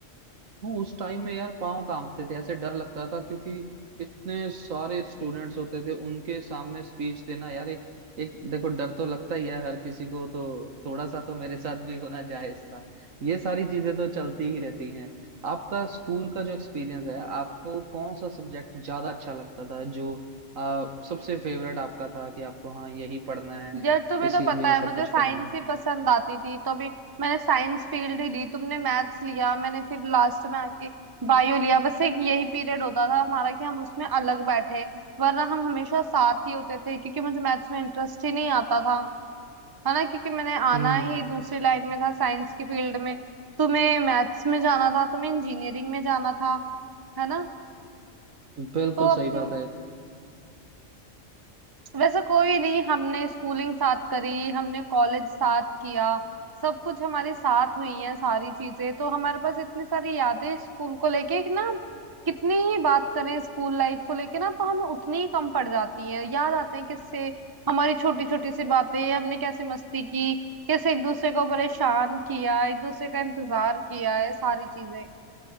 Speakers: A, on the right; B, on the right.
A: हाँ, उस टाइम में यार पाँव कांपते थे ऐसे डर लगता था क्योंकि इतने सारे स्टूडेंट्स होते थे उनके सामने स्पीच देना यार एक एक देखो डर तो लगता ही है हर किसी को तो थोड़ा सा तो मेरे साथ भी होना जायज था ये सारी चीजें तो चलती ही रहती हैं आपका स्कूल का जो एक्सपीरियंस है आपको कौन सा सब्जेक्ट ज्यादा अच्छा लगता था जो आ, सबसे फेवरेट आपका था कि आपको हाँ यही पढ़ना है
B: यार तुम्हें
A: इसी
B: तो पता
A: में ही
B: है
A: सब
B: मुझे
A: कुछ
B: साइंस
A: करना है
B: ही पसंद आती थी तो अभी मैंने साइंस फील्ड ही ली तुमने मैथ्स लिया मैंने फिर लास्ट में आके बायो लिया बस एक यही पीरियड होता था हमारा कि हम उसमें अलग बैठे वरना हम हमेशा साथ ही होते थे क्योंकि मुझे मैथ्स में इंटरेस्ट ही नहीं आता था है ना क्योंकि मैंने आना
A: हम्म
B: ही दूसरी लाइन में था साइंस की फील्ड में तुम्हें मैथ्स में जाना था तुम्हें इंजीनियरिंग में जाना था है ना
A: बिल्कुल
B: तो अब
A: सही बात है
B: वैसे कोई नहीं हमने स्कूलिंग साथ करी हमने कॉलेज साथ किया सब कुछ हमारे साथ हुई है सारी चीजें तो हमारे पास इतनी सारी यादें स्कूल को लेके कि ना हम कितनी ही बात करें स्कूल लाइफ को लेके ना तो हमें उतनी ही कम पड़ जाती है याद आते हैं किससे हमारी छोटी छोटी सी बातें हमने कैसे मस्ती की कैसे एक दूसरे को परेशान किया एक दूसरे का इंतजार किया है सारी चीजें